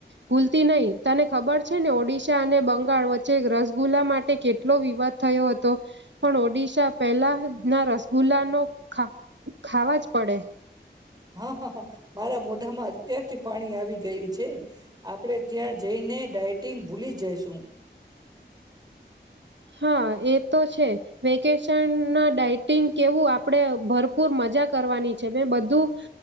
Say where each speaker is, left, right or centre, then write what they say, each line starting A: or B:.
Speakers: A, on the right; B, on the right.
A: ભૂલતી નહી. તને ખબર છે ને ઓડિશા અને બંગાળ વચ્ચે રસગુલ્લા માટે કેટલો વિવાદ થયો હતો, પણ ઓડિશા પહેલા ના રસગુલ્લાનું ખાવ ખાવાજ પડે.
B: હા હા મારા મોઢામાં અત્યારથી પાણી આવી ગયું છે, આપણે ત્યાં જઈને ડાયટિંગ ભૂલી જઈશું.
A: હા એ તો છે, વેકેશન ના ડઇટિંગ કેવું આપણેે ભરપૂર મજા કરવાની છે મેં બધું,